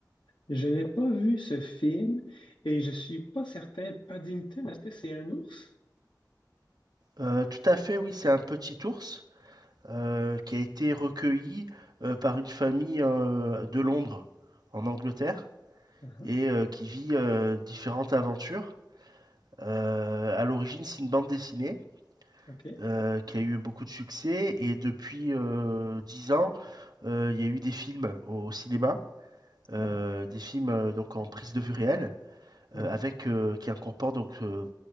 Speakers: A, on the left; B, on the right.
A: Je n'ai pas vu ce film et je suis pas certain. Paddington, est-ce que c'est un ours?
B: Euh, tout à fait, oui, c'est un petit ours euh, qui a été recueilli euh, par une famille euh, de Londres, en Angleterre.
A: Mhm,
B: et euh, qui vit euh, différentes aventures. Euh, à l'origine, c'est une bande dessinée
A: ok.
B: euh, qui a eu beaucoup de succès et depuis euh, 10 ans, euh, il y a eu des films au cinéma, euh,
A: Hmm,
B: des films euh, donc en prise de vue réelle
A: mhm,
B: euh, avec euh, qui incorporent donc euh,